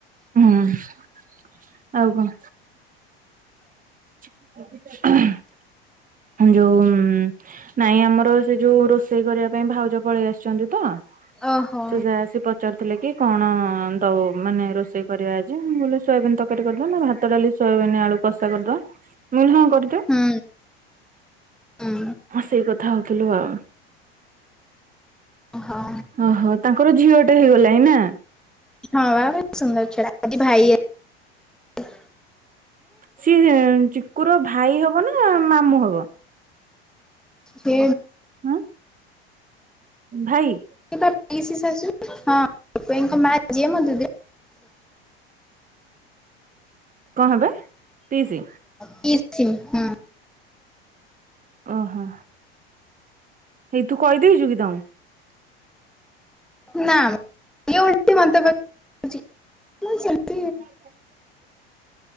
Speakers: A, on the right; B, in the centre.
A: ହୁଁ ଆଉ କଅଣ? <unintelligible> ଯୋଉ ନାଇଁ ଆମର ସେ ଯୋଉ ରୋଷେଇ କରିବା ପାଇଁ ଭାଉଜ ପଳେଇ ଆସିଛନ୍ତି ତ
B: ଓହୋ।
A: ଯୋଉ ଯା ଆସିକି ପଚାରୁଥିଲେ କି କଣ ଦଉ ମାନେ ରୋଷେଇ କରିବା ଆଜି ମୁଁ କହିଲି ସୋୟାବିନ ତରକାରି କରିଦବା ନା ଭାତ ଡାଲି ସୋୟାବିନ ଆଳୁ କଷା କରିଦବା। ମୁଁ କହିଲି ହଁ କରିଦିଏ
B: ହୁଁ ହୁଁ।
A: ସେଇ କଥା ଆଉ। ଥିଲୁ ଆଉ।
B: ହଁ।
A: ଓହୋ ତାଙ୍କର ଝିଅ ଟେ ହେଇଗଲାଣି ନା?
B: ହଁ ବା ସୁନ୍ଦର ଝିଅ ଟା ଆଜି ଭାଇ ଆ
A: ସିଏ ଚିକୁର ଭାଇ ହବ ନା ମାମୁଁ ହବ।
B: ସେ
A: ହଁ ଭାଇ।
B: ସେ ପା ପିସି ଶାଶୁ ହଁ ମା ଜିଏ ମୋ ଜେ
A: କଣ ହେବେ? ପିଇସି
B: ପି ସିମ୍ ହୁ।
A: ଓହୋ ଏଇ ତୁ କହିଦେଉଛୁକି ତାଙ୍କୁ?
B: ନା <unintelligible>
A: <unintelligible>